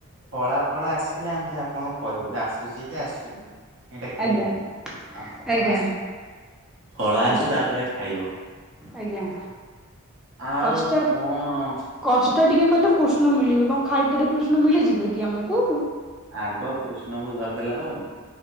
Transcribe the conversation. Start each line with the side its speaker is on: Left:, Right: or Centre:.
Right: ଫଳା ଫଳ ଆସିଲା ଆମ ବି ଆପଣଙ୍କୁ କହିବୁ ଆସୁଛି କି ଆସୁନି। ଏଇଟା କିଏ
Centre: ଆଜ୍ଞା
Right: ଜାଣିବ ଆଉ ଫଳ
Centre: ଆଜ୍ଞା
Right: ଆସୁ ଫଳା
Centre: ଆଜ୍ଞା
Right: ଆସୁ ତାପରେ ଖାଇବ।
Centre: ଆଜ୍ଞା।
Right: ଆଉ
Centre: କଷ୍ଟ
Right: କଣ
Centre: କଷ୍ଟ ଟିକେ କଲେ କୃଷ୍ଣ ମିଳିବେ କଣ ଖାଲିଟାରେ କୃଷ୍ଣ ମିଳିଯିବେ କି ଆମକୁ?
Right: ଆଗ କୃଷ୍ଣଙ୍କୁ ଧରିଦେଲେ ହବନି।